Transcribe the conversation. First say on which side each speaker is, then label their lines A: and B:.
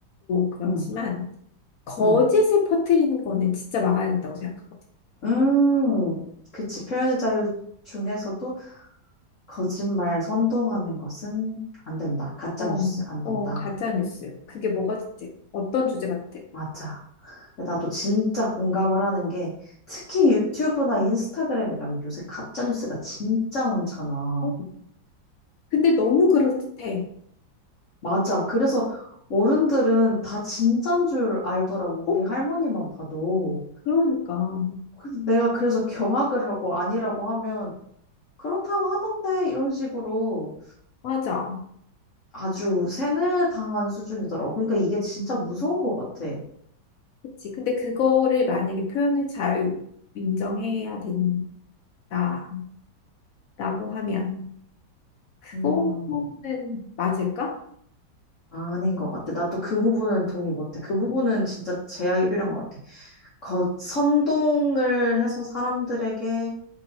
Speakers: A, on the left; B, on the left.
A: 그렇지만,
B: 응.
A: 거짓을
B: 음,
A: 퍼뜨리는 거는 진짜 막아야겠다고 생각하거든.
B: 음, 그치. 표현의 자유 중에서도 거짓말 선동하는 것은 안 된다. 가짜
A: 어,
B: 뉴스 안 된다.
A: 어, 가짜뉴스. 그게 뭐가 됐든, 어떤 주제같
B: 맞아. 근데 나도 진짜 공감을 하는 게 특히 유튜브나 인스타그램에 가면 요새 가짜 뉴스가 진짜 많잖아.
A: 아 근데 너무 그럴듯해.
B: 맞아. 그래서 어른들은 다 진짠 줄 알더라고.
A: 어?
B: 우리 할머니만 봐도.
A: 그러니까.
B: 그- 내가 그래서 경악을 하고 아니라고 하면 그렇다고 하던데 이런 식으로
A: 맞아.
B: 아주 세뇌당한 수준이더라고. 그러니까 이게 진짜 무서운 것 같아.
A: 그치. 근데 그거를 만약에 표현을 잘 인정해야 된다라고 하면 그거는
B: 음,
A: 맞을까?
B: 아닌 것 같아. 나 또 그 부분은 동의 못해. 그 부분은 진짜 제약이 필요한 것 같아. 거, 선동을 해서 사람들에게,